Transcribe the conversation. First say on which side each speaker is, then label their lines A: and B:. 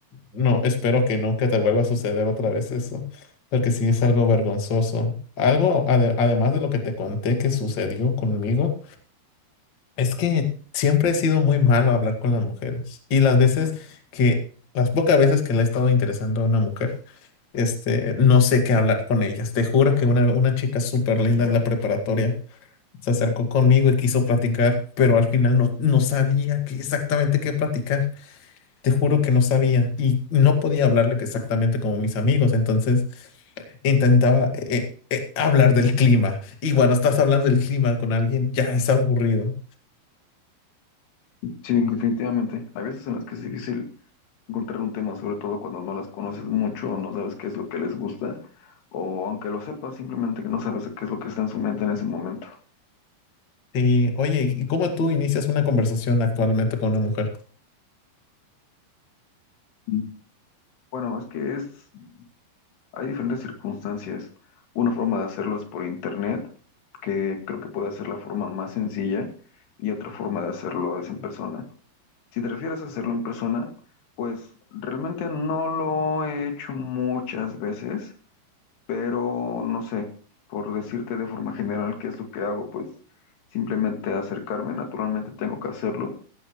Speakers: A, on the left; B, on the left.
A: no, espero que nunca te vuelva a suceder otra vez eso, porque sí es algo vergonzoso. Algo, ade- además de lo que te conté que sucedió conmigo. Es que siempre he sido muy malo a hablar con las mujeres. Y las veces que, las pocas veces que le he estado interesando a una mujer, este, no sé qué hablar con ellas. Te juro que una, una chica súper linda en la preparatoria se acercó conmigo y quiso platicar, pero al final no, no sabía qué- exactamente qué platicar. Te juro que no sabía y no podía hablarle que exactamente como mis amigos. Entonces intentaba eh, eh, hablar del clima. Y cuando estás hablando del clima con alguien, ya es aburrido.
B: Sí, definitivamente. Hay veces en las que es difícil encontrar un tema, sobre todo cuando no las conoces mucho o no sabes qué es lo que les gusta, o aunque lo sepas, simplemente que no sabes qué es lo que está en su mente en ese momento.
A: Sí, oye, ¿y cómo tú inicias una conversación actualmente con una mujer?
B: Mm. Bueno, es que es Hay diferentes circunstancias. Una forma de hacerlo es por internet, que creo que puede ser la forma más sencilla, y otra forma de hacerlo es en persona. Si te refieres a hacerlo en persona, pues realmente no lo he hecho muchas veces, pero no sé, por decirte de forma general qué es lo que hago, pues simplemente acercarme, naturalmente tengo que hacerlo,